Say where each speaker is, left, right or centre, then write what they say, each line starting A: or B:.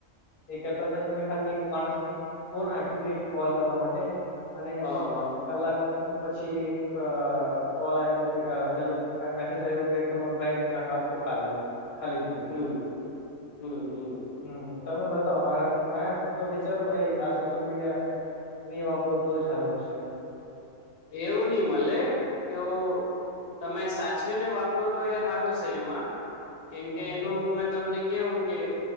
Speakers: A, on the left (about 50°); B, on the left (about 85°).
A: એ કહેતા તા કે મેં ખાલી એક માણસને ફોન આપ્યું એક કોલ કરવા માટે. અને
B: હા હા
A: કલાક હુ પછી એક અહ કોલ આવ્યું કે પેલું અહ મેસેજ આવ્યો કે તમારું બેંક એકાઉન્ટ આખું ખાલુ, ખાલી થયું.
B: હમ્મ-હમ્મ-હમ્મ.
A: હમ્મ. તમે બતાવ. મારે મે તો વિચારું ભાઈ આ સોશિયલ મીડિયા નહીં વાપરો તો જ હારું છે.
B: એવું ની મલે. એવું તમે સાચવીને વાપરો તો એ હારું સે એમાં. કેમ
A: હમ
B: કે એનું <unintelligible> તમને કેવું કે